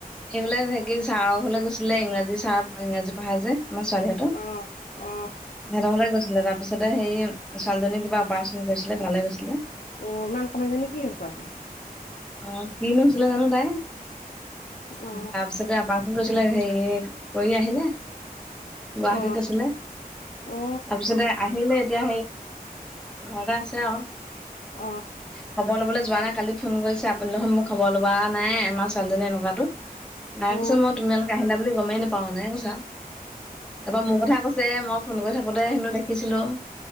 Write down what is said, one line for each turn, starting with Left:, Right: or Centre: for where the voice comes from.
Centre: এইফালে যে ছাৰৰ ঘৰলে গৈছিলে, ইংৰাজী ছাৰ ইংৰাজী পঢ়া যে আমাৰ ছোৱালীহঁতৰ,
Left: অ অ
Centre: সিহঁতৰ ফালে গৈছে। তাৰপিছতে সেই ছোৱালীজনী কিবা অপাৰচন কৰিছিলে ভালে গৈছিলে।
Left: অ ইমান কমাই যানে কি কোৱা?
Centre: অ কিনো হৈছিলে জানো তাই।
Left: অ
Centre: তাৰপিছতে আবাৰ কৰিছিলে হেৰি কৰি আহিলে। গুৱাহাটীত
Left: অ
Centre: আছিলে,
Left: অ
Centre: তাৰপিছতে আহিলে। এতিয়া ঘৰতে আছে আৰু
Left: অ
Centre: খবৰ লবলৈ যোৱা নাই? কালি ফোন কৰিছে আপুনি দেখোন মোক খবৰ লবলৈ অহা নাই। আমাৰ ছোৱালীজনী এনেকুৱাতো। তাই
Left: অ অ
Centre: কৈছে, মই তোমালোকে আহিলা বুলি গমেই নাপাও, হেনেকে কৈছা আৰু। এবাৰ মোৰ কথা কৈছে। যে মই ফোন কৰি থাকোতে হেনো দেখিছিলোঁ।